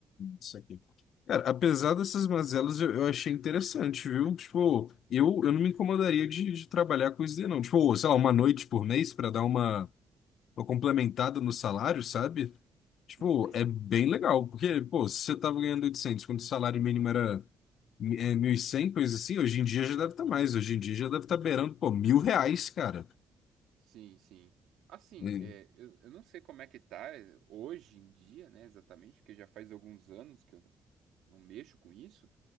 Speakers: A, on the left; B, on the right.
A: isso aqui. Cara, apesar dessas mazelas, eu, eu achei interessante, viu? Tipo, eu, eu não me incomodaria de, de trabalhar com isso daí, não. Tipo, sei lá, uma noite por mês para dar uma, uma complementada no salário, sabe? Tipo,
B: Uhum.
A: é bem legal, porque, pô, se você tava ganhando 800 quando o salário mínimo era é, 1.100 coisa assim, hoje em dia já deve estar mais, hoje em dia já deve estar beirando, pô, mil reais, cara.
B: Sim, sim. Assim,
A: E,
B: é, eu, eu não sei como é que tá é, hoje em dia, né, exatamente, porque já faz alguns anos que eu não, não mexo com isso,